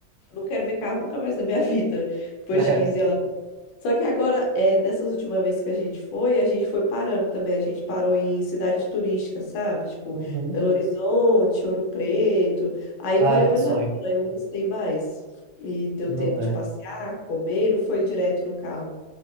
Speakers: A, on the left; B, on the right.
A: Não quero ver carro nunca mais na minha <laughs> vida, depois
B: <laughs>
A: de
B: Sério.
A: 15 anos. Só que agora, é, dessas últimas vezes que a gente foi, a gente foi parando também. A gente parou em cidade turística, sabe? Tipo,
B: Uhum.
A: Belo Horizonte, Ouro Preto. Aí
B: Ah,
A: valeu
B: que
A: mais
B: sonho.
A: a pena, eu gostei mais. E deu
B: Não
A: tempo de
B: é.
A: passear, comer, não foi direto no carro.